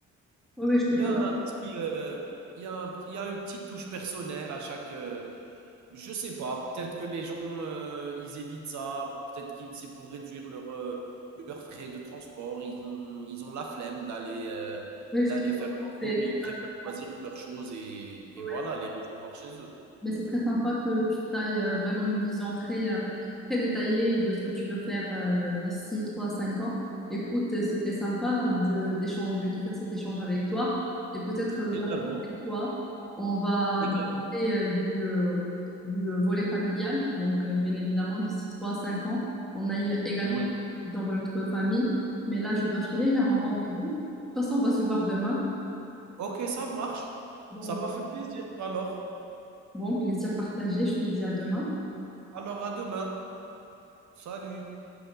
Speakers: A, in the centre; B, on the right.
A: ouais, je te
B: il
A: comprends.
B: y a un petit, euh, il y a un- il y a une petite touche personnelle à chaque, euh, je sais pas. Peut-être que les gens, euh, ils évitent ça. Peut-être que c'est pour réduire leur, euh, leurs frais de transport. Ils ont, ils ont la flemme d'aller euh,
A: Ouais,
B: d'aller
A: je te
B: faire
A: comprends.
B: le tour.
A: C'est
B: Ils préfèrent choisir
A: ça.
B: leurs choses et,
A: Ouais.
B: et voilà, les recevoir chez eux.
A: Mais c'est très sympa que tu ailles vraiment une vision très, euh, très détaillée de ce que tu veux faire euh, d'ici 3 cinq ans. Écoute, euh, c'était sympa de- d'échanger, de faire cet échange avec toi. Et peut-être euh,
B: Également,
A: la prochaine fois, on va
B: également.
A: discuter euh, du, euh, du euh, volet familial. Donc, euh, bien évidemment, d'ici 3 cinq ans, on aille également
B: Oui.
A: dans notre famille. Mais là, je dois filer, j'ai un rendez-vous. De toute façon, on va se voir demain.
B: OK, ça marche.
A: Donc,
B: Ça m'a fait plaisir alors.
A: bon, plaisir partagé. Je te dis à demain.
B: Alors à demain. Salut.